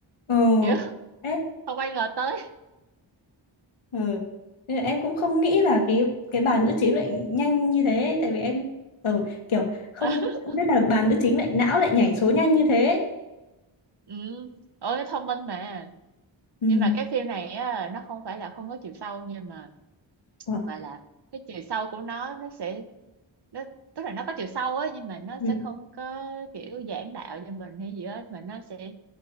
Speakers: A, on the left; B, on the right.
A: Ừ.
B: kiểu
A: Ê,
B: không ai ngờ tới
A: ừ. Thế là Em cũng không nghĩ là cái cái bà nữ chính lại nhanh như thế tại vì em ừ, kiểu không
B: <laughs>
A: không biết là bà nữ chính lại não lại nhảy số nhanh như thế.
B: ừ ôi thông minh mà
A: Ừ.
B: nhưng mà cái phim này á nó không phải là không có chiều sâu nhưng mà
A: Ủa.
B: mà là cái chiều sâu của nó nó sẽ nó tức là nó có chiều sâu ấy nhưng mà nó
A: Ừ.
B: sẽ không có kiểu giảng đạo cho mình hay gì hết mà nó sẽ